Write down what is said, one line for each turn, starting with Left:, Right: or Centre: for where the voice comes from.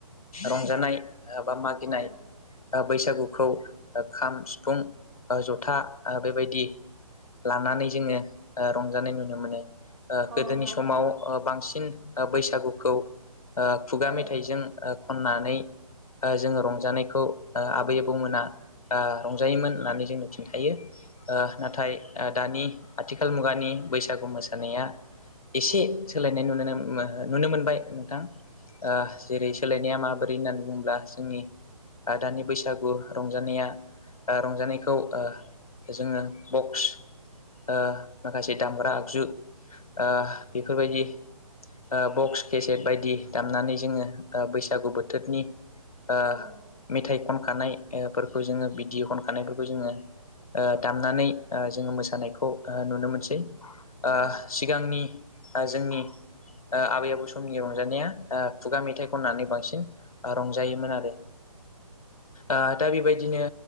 Left: रंजानाय ओ बा मागिनाय
Right: औ
Left: ओ बैसागुखौ ओ खाम सिफुं ओ जथा ओ बेबायदि लानानै जोंङो ओ रंजानाय नुनो मोनो। ओ
Right: नोंथां
Left: गोदोनि समाव ओ बांसिन ओ बैसागुखौ ओ खुगा
Right: औ
Left: मेथाइजों ओ खननानै ओ जोंङो रंजानायखौ ओ
Right: औ औ
Left: आबै आबौ मोना ओ रंजायोमोन
Right: औ
Left: होननानै जोंनो खिन्थायो ओ नाथाय ओ दानि आथिखाल मुगानि बैसागु मोसानाया एसे सोलायनाय नुनो मो नुनो मोनबाय नोंथां ओ जेरै सोलायनाया माबा होननानै बुङोब्ला जोंनि ओ दानि बैसागु रंजानाया ओ रंजानायखौ ओ जोंङो बक्स ओ माखासे दामग्रा आगजु ओ बेफोरबायदि ओ बक्स केसेट बायदि दामनानै जोंङो ओ बैसागु बोथोरनि ओ
Right: औ औ
Left: मेथाइ खनखानायफोरखौ जोंङो बिदि खनखानायफोरखौ ओ जोंङो दामनानै ओ जोंङो मोसानायखौ ओ नुनो मोनसै ओ
Right: औ
Left: सिगांनि ओ जोंनि ओ आबै आबौ समनि रंजानाया ओ खुगा मेथाइ खननानै बांसिन रंजायोमोन आरो। ओ दा बेबायदिनो